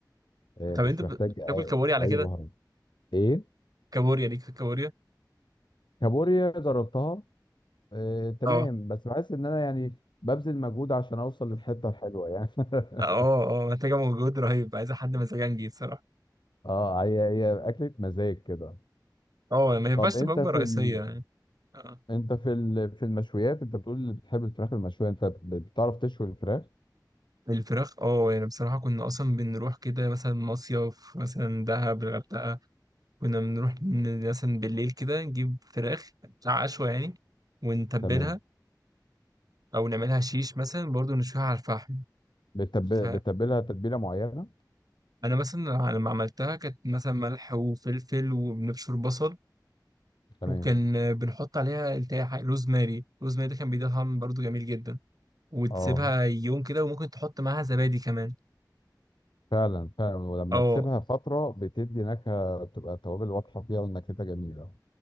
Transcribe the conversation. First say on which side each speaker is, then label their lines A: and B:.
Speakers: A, on the left; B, on the right.
A: آه،
B: طب
A: مش
B: انت ب-
A: محتاج اي
B: بتاكل كابوريا على
A: أي
B: كده
A: بهارات ايه
B: كابوريا ليك في الكابوريا
A: كابوريا جربتها آه، تمام
B: اه
A: بس بحس ان انا يعني ببذل مجهود عشان اوصل للحته الحلوه يعني <laughs>
B: اه اه محتاجه مجهود رهيب عايزه حد مزاجنجي بصراحه
A: اه هي هي اكله مزاج كده
B: اه ما ينفعش
A: طب انت
B: تبقى وجبه
A: في
B: رئيسيه
A: ال...
B: يعني اه
A: انت في ال... في المشويات انت بتقول اللي بتحب الفراخ المشويه انت بتعرف تشوي الفراخ
B: الفراخ اه يعني بصراحه كنا اصلا بنروح كده مثلا مصيف مثلا دهب الغردقه كنا بنروح ن- مثلا بالليل كده نجيب فراخ بتاع عشوة يعني ونتبلها
A: تمام
B: أو نعملها شيش مثلا برضو نشويها على الفحم
A: بتب...
B: فأنا
A: بتتبلها تتبيلة معينة
B: مثلا لما عملتها كانت مثلا ملح وفلفل وبنبشر بصل
A: تمام
B: وكان آه، بنحط عليها التاي حاجة روزماري روزماري ده كان بيديها طعم برضو جميل جدا وتسيبها
A: اه
B: يوم كده وممكن تحط معاها زبادي كمان
A: فعلا فعلا ولما
B: اه
A: تسيبها فترة بتدي نكهة بتبقى التوابل واضحة فيها والنكهة جميلة